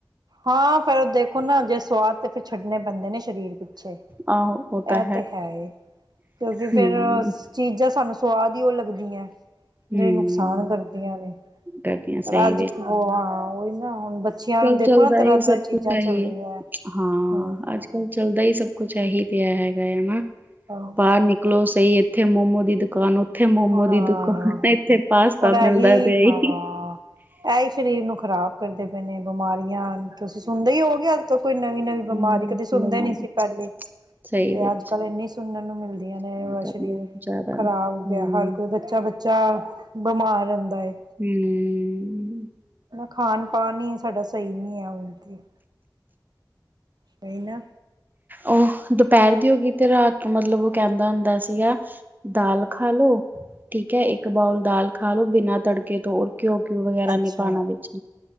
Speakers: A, on the right; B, on the right.
A: ਹਾਂ- ਫੇਰ ਦੇਖੋ ਨਾ ਜੇ ਸਵਾਦ ਛੱਡਨੇ ਪੈਂਦੇ ਨੇ ਸਰੀਰ ਪਿਛੇ ਇਹ
B: ਆਹੋ ਉਹ ਤਾਂ
A: ਤੇ ਹੈ ਕਿਉਕਿ ਫੇਰ
B: ਹਮ
A: ਚੀਜ਼ਾਂ ਸਾਨੂੰ ਸਵਾਦ ਹੀ ਉਹ ਲੱਗਦੀਆਂ
B: ਹਮ
A: ਜਿਹੜੇ ਨੁਕਸਾਨ ਕਰਦੀਆਂ ਨੇ
B: ਗਰਮੀਆਂ
A: ਪਰ
B: ਸਹੀ
A: ਅਜ
B: ਵਿੱਚ
A: ਉਹਾਂ ਉਹੀ ਨਾ- ਹੁਣ ਬੱਚਿਆਂ ਨੂੰ
B: ਕੱਲ
A: ਦੇਖੋ
B: ਚੱਲਦਾ ਸਭ
A: ਚੀਜ਼ਾਂ
B: ਕੁਛ ਹੈ।
A: ਚੱਲਦੀਆਂ
B: ਹੀ ਹੈ। ਹਾਂ
A: ਹੂੰ
B: ਅਜ ਕਲ ਚਲਦਾ ਹੀ ਸਭ ਕੁਛ ਇਹੀ ਪਿਆ ਹੈਗਾ
A: ਹਾਂ
B: ਬਾਹਰ ਨਿਕਲੋ ਸਹੀ ਇਥੇ ਮੋਮੋ ਦੀ ਦੁਕਾਨ ਮੋਮੋ
A: ਹਾਂ
B: ਦੀ ਦੁਕਾਨ ਇੱਥੇ ਪਾਸਤਾ
A: ਪਰ ਐਹੀ
B: ਮਿਲਦਾ ਪਿਆ
A: ਹਾਂ
B: ਹੀ
A: ਐਹੀ ਸਰੀਰ ਨੂੰ ਖਰਾਬ ਕਰਦੇ ਇਨੇ ਬਿਮਾਰੀਆਂ ਤੁਸੀ ਸੁਣਦੇ ਹੀ ਹੋਗੇ ਅਜ ਤ ਕੋਈ ਨਵੀ- ਨਵੀ ਬਿਮਾਰੀ
B: ਹਮ,
A: ਕਦੇ ਸੁਣਦੇ
B: ਬਣਾਉਣਾ
A: ਨਹੀਂ ਸੀ ਪਹਿਲੇ
B: ਸਹੀ
A: ਤੇ
B: ਵਿੱਚ
A: ਅਜ ਕਲ ਇਨੀ ਸੁਣਨ ਨੂੰ ਮਿਲਦੀਆਂ ਨੇ
B: ਗੱਲ ਕਰ
A: ਸਰੀਰ
B: ਲਓ ਜ਼ਿਆਦਾ
A: ਖਰਾਬ
B: ਹਮ
A: ਹਰ ਕੋਈ ਬੱਚਾ ਬੱਚਾ ਬਿਮਾਰ ਰਹਿਦਾ ਹਨ
B: ਹਮ
A: ਖਾਣ ਪਾਨ ਹੀ ਸਾਡਾ ਸਹੀ ਨਹੀ <unintelligible> ਕਹੀ ਨਾ-
B: ਉਹ ਦੁਪਹਿਰ ਦੀ ਹੋ ਗਈ ਤੇ ਰਾਤ ਤੋਂ ਮਤਲਬ ਉਹ ਕਹਿਦਾ ਹੁੰਦਾ ਸੀਗਾ ਦਾਲ ਖਾ ਲੋ ਠੀਕ ਹੈ ਇਕ ਬਾਊਲ ਦਾਲ ਖਾ ਲੋ ਬਿਨਾ ਤੜਕੇ ਤੋ ਘਿਉ ਘਿਉ ਵਗੈਰਾ
A: ਅੱਛਾ
B: ਨਹੀ ਪਾਉਣਾ ਉਹਦੇ ਵਿਚ